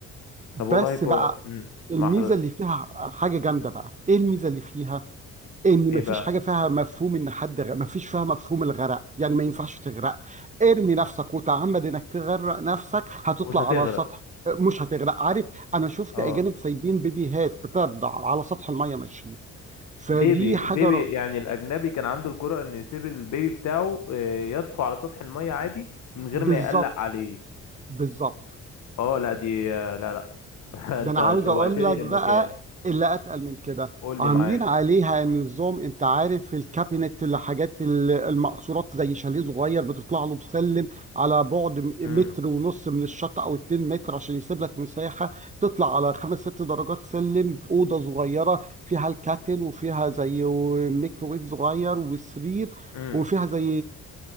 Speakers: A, on the right (about 25°); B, on the left (about 70°).
A: بس
B: طب والله كو...
A: بقى
B: مم.
A: الميزه
B: مع حضرتك
A: اللي فيها حاجه جامده بقى ايه الميزه اللي فيها ان
B: ايه
A: مفيش
B: بقى
A: حاجه فيها مفهوم ان حد غ... مفيش فيها مفهوم الغرق يعني ما ينفعش تغرق ارمي نفسك وتعمد انك تغرق نفسك هتطلع
B: ومش هتغرق
A: على سطح مش هتغرق عارف انا شفت
B: اه
A: اجانب سايبين بيبيهات بترضع على سطح الميه ماشيين فدي
B: بيبي
A: حاجه
B: بيبي
A: ر...
B: يعني الاجنبي كان عنده الجرأة انه يسيب البيبي بتاعه آه، يطفو على سطح المية عادي من غير
A: بالظبط
B: ما يقلق عليه
A: بالظبط
B: اه لا دي آه، لا لا <laughs>
A: ده
B: انت
A: انا عاوز
B: شوقتني
A: اقول لك
B: للمكان
A: بقى اللي اتقل من كده
B: قول
A: عاملين
B: لي معاك
A: عليها نظام انت عارف في الكابينت الحاجات ال- المقصورات زي شاليه صغير بتطلع له بسلم على بعد م-
B: امم
A: متر ونص من الشط او 2 متر عشان يسيب لك مساحه تطلع على خمس ست درجات سلم اوضه صغيره فيها الكاتل وفيها زي ميكروويف صغير وسرير
B: امم
A: وفيها زي